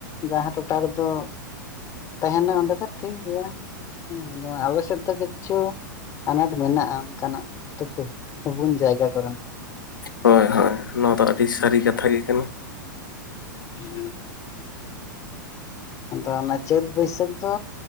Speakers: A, on the left (about 30°); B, on the left (about 85°).
A: ᱡᱟᱦᱟᱸ ᱴᱚᱴᱷᱟ ᱨᱮᱫᱚ ᱛᱟᱦᱮᱱᱟ ᱚᱸᱰᱮ ᱫᱚ ᱴᱷᱤᱠ ᱜᱮᱭᱟ᱾ ᱦᱮᱸ ᱡᱮᱢᱚᱱ ᱟᱞ ᱥᱮ ᱫᱚ ᱠᱤᱪᱷᱩᱼᱼ ᱟᱱᱟᱴ ᱢᱮᱱᱟᱜᱼᱟ ᱚᱱᱠᱟᱱᱟᱜ ᱛᱩᱯ ᱛᱩᱯᱩᱱ ᱢᱟᱭᱜᱟ ᱠᱚᱨᱮᱱᱟᱼᱜ᱾
B: ᱦᱳᱭ ᱦᱳᱭ ᱱᱚᱣᱟ ᱫᱚ ᱟᱹᱰᱤ ᱥᱟᱹᱨᱤ ᱠᱟᱛᱷᱟ ᱜᱮ ᱠᱟᱱᱟ᱾
A: <inaudible> ᱟᱫᱚ ᱚᱱᱮ ᱪᱟᱹᱛ ᱵᱟᱹᱭᱥᱟᱹᱠᱷ ᱫᱚ